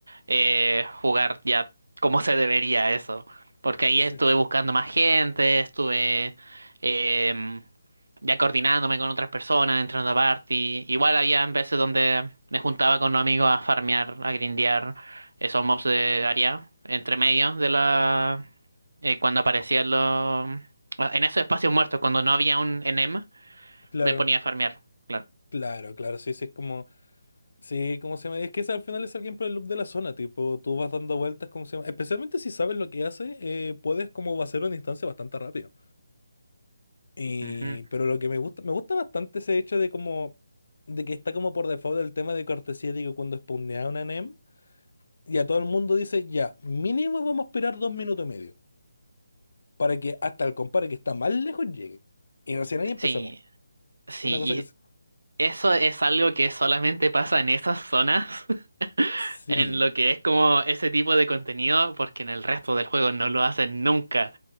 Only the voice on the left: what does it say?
sí,
claro,
claro, claro, sí, sí, es como, sí, ¿cómo se llama? Es que ese al final es alguien por el loop de la zona, tipo, tú vas dando vueltas, ¿cómo se llama? Especialmente si sabes lo que hace, eh, puedes como hacer una instancia bastante rápido. Y,
pero lo que me gusta, me gusta bastante ese hecho de como, de que está como por default el tema de cortesía, digo, cuando spawnea una NEM. Y a todo el mundo dice, ya, mínimo vamos a esperar dos minutos y medio para que hasta el compadre que está más lejos llegue. Y recién ahí empezamos.
Una cosa que... es-
Sí,